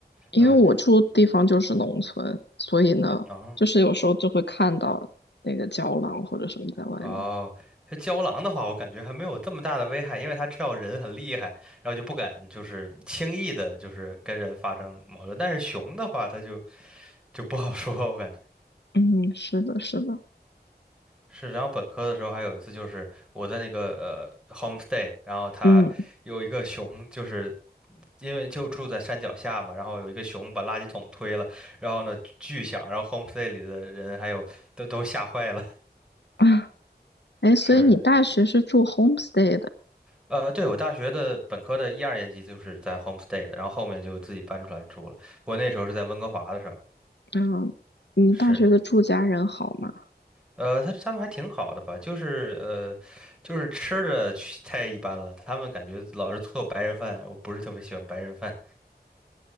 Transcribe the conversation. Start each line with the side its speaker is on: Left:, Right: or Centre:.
Left: 因为我住的地方就是农村，
Centre: 嗯，
Left: 所以呢，
Centre: 哦
Left: 就是有时候就会看到那个胶囊或者什么在外面。
Centre: 哦，这郊狼的话，我感觉还没有这么大的危害，因为他知道人很厉害，然后就不敢就是轻易的，就是跟人发生矛盾。但是熊的话，它就就不好说，我感觉。
Left: 嗯，是的，是的，
Centre: 是，然后本科的时候还有一次，就是我在那个呃 homestay，然后他有一个熊，
Left: 嗯
Centre: 就是因为就住在山脚下嘛，然后有一个熊把垃圾桶推了，然后呢巨响，然后 homestay 里的人还有都都吓坏了。
Left: 啊，哎，所以你大学是住
Centre: <laughs> 是的，
Left: homestay 的，
Centre: 呃，对，我大学的本科的一二年级就是在 homestay 的，然后后面就自己搬出来住了，不过那时候是在温哥华的时候。
Left: 嗯，你大学的住家人好吗？
Centre: 是的。呃，他他们还挺好的吧，就是呃，就是吃的去太一般了，他们感觉老是做白人饭，我不是特别喜欢白人饭，